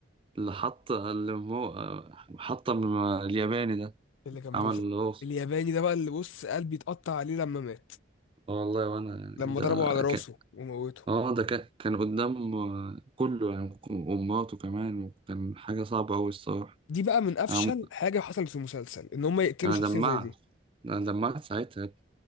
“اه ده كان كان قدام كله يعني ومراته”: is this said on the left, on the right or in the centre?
Right